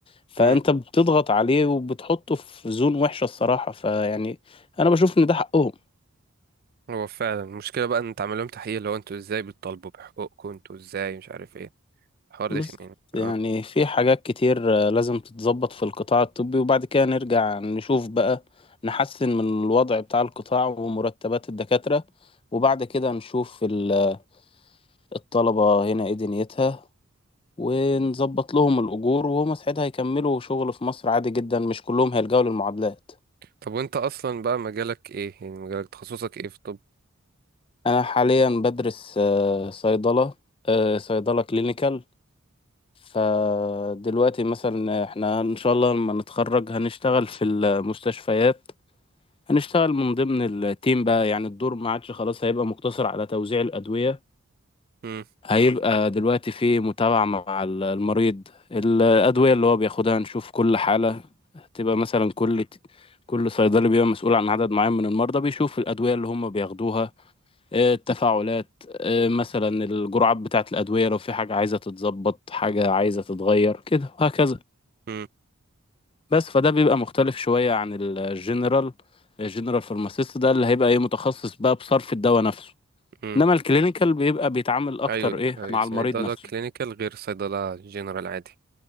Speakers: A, on the left (about 25°); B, on the right (about 45°).
A: فانت
B: مم،
A: بتضغط عليه وبتحطه في زون وحشة الصراحة فيعني انا بشوف ان ده حقهم
B: هو فعلا المشكلة بقى ان تعمل لهم تحقيق اللي هو انتوا ازاي بتطالبوا بحقوقكم انتوا ازاي مش عارف ايه الحوار
A: بالظبط
B: ده خمين اه
A: يعني في حاجات كتير آه، لازم تتظبط في القطاع الطبي وبعد كده نرجع نشوف بقى نحسن من الوضع بتاع القطاع ومرتبات الدكاترة وبعد كده نشوف ال- الطلبة هنا ايه دنيتها ونظبط لهم الأجور وهم ساعتها هيكملوا شغل في مصر عادي جدا مش كلهم هيلجأوا للمعادلات
B: طب وانت اصلا بقى مجالك ايه يعني مجالك تخصصك ايه في الطب
A: أنا حاليا بدرس آه، صيدلة آه، صيدلة كلينيكال فدلوقتي مثلا احنا إن شاء الله لما نتخرج هنشتغل في المستشفيات هنشتغل من ضمن التيم بقى يعني الدور ما عادش خلاص هيبقى مقتصر على توزيع الأدوية
B: امم
A: هيبقى دلوقتي في متابعة مع ال- المريض الأدوية اللي هو بياخدها نشوف كل حالة تبقى مثلا كل كل صيدلي بيبقى مسؤول عن عدد معين من المرضى بيشوف الأدوية اللي هم بياخدوها آه، التفاعلات آه، مثلا الجرعات بتاعة الأدوية لو في حاجة عايزة تتظبط حاجة عايزة تتغير كده وهكذا
B: امم
A: بس فده بيبقى مختلف شوية عن الجنرال الجنرال فارماسيست ده اللي هيبقى ايه متخصص بقى بصرف الدواء نفسه
B: امم
A: انما الكلينيكال بيبقى بيتعامل اكتر
B: ايوه
A: ايه
B: ايوه
A: مع
B: صيدلة
A: المريض نفسه
B: كلينيكال غير صيدلة جنرال عادي